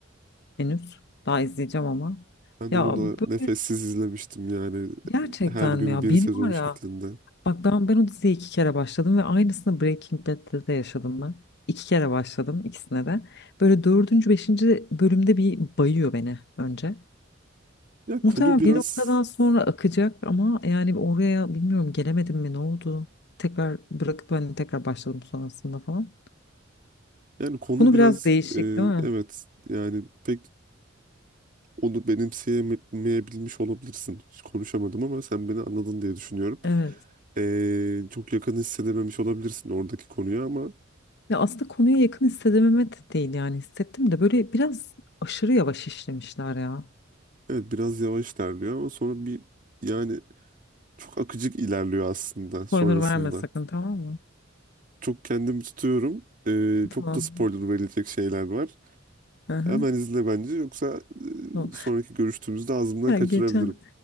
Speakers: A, on the left; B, on the right.
A: henüz. Daha izleyeceğim ama.
B: Ben
A: Ya
B: onu da
A: bu-
B: nefessiz izlemiştim yani
A: gerçekten
B: her gün
A: mi ya?
B: bir
A: Beni
B: sezon
A: var ya
B: şeklinde.
A: Bak ben, ben o diziye iki kere başladım ve aynısını Breaking Bad'de de yaşadım ben. İki kere başladım ikisine de. Böyle dördüncü, beşinci bölümde bir bayıyor beni önce.
B: Ya
A: Muhtemelen
B: konu biraz
A: bir noktadan sonra akacak ama yani oraya bilmiyorum gelemedim mi ne oldu? Tekrar bırakıp hani tekrar başladım sonrasında falan.
B: yani konu
A: Konu
B: biraz
A: biraz değişik
B: e,
A: değil mi?
B: evet yani pek onu benimseyemeyebilmiş olabilirsin. Hiç konuşamadım ama sen beni anladın diye düşünüyorum.
A: Evet.
B: E, çok yakın hissedememiş olabilirsin oradaki konuya ama
A: Ya aslında konuya yakın hissedememe de değil yani hissettim de böyle biraz aşırı yavaş işlemişler ya.
B: evet biraz yavaş ilerliyor ama sonra bir yani çok akıcık ilerliyor aslında
A: Spoiler
B: sonrasında.
A: verme sakın tamam mı?
B: Çok kendimi tutuyorum. E,
A: Tamam.
B: çok da spoiler verilecek şeyler var.
A: Hı
B: Hemen izle bence yoksa
A: hı.
B: e, sonraki görüştüğümüzde ağzımdan
A: Ya
B: kaçırabilirim.
A: geçen